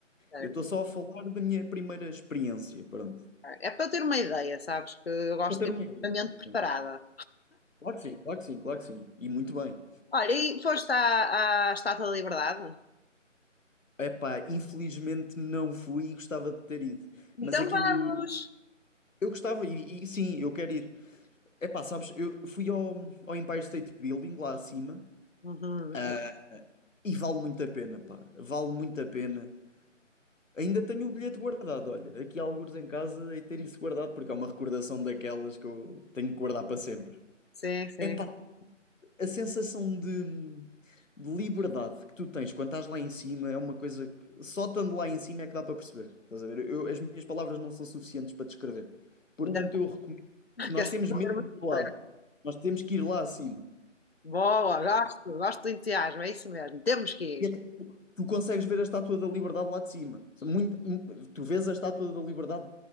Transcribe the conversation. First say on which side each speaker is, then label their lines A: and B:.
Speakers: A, on the left; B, on the left.
A: certo.
B: Eu estou só a falar da minha primeira experiência, pronto.
A: É para ter uma ideia, sabes? Que eu gosto
B: Para ter
A: de
B: uma
A: ter
B: ideia.
A: uma mente
B: sim.
A: preparada.
B: Claro que sim, claro que sim, claro que sim. E muito bem.
A: Olha, e foste à, à Estátua da Liberdade?
B: Epá, infelizmente não fui e gostava de ter ido.
A: Então
B: Mas aquilo...
A: vamos!
B: Eu gostava e, e sim, eu quero ir. Epá, sabes, eu fui ao, ao Empire State Building, lá acima,
A: Uhum.
B: ah, e vale muito a pena, pá. Vale muito a pena. Ainda tenho o bilhete guardado, olha. Aqui há alguns em casa e ter isso guardado, porque é uma recordação daquelas que eu tenho que guardar para sempre.
A: Sim, sim.
B: Epá, a sensação de, de liberdade que tu tens quando estás lá em cima é uma coisa que só estando lá em cima é que dá para perceber. Estás a ver? Eu- as minhas palavras não são suficientes para descrever. Portanto,
A: Ainda
B: eu recomendo.
A: bem
B: Nós
A: que essa
B: temos
A: não
B: mesmo
A: era muito
B: de ir
A: diferente.
B: lá. Nós temos que ir lá acima.
A: Boa, gosto, gosto do entusiasmo, é isso mesmo. Temos que
B: E
A: ir.
B: até tu, tu consegues ver a Estátua da Liberdade lá de cima. Muito, mu- tu vês a Estátua da Liberdade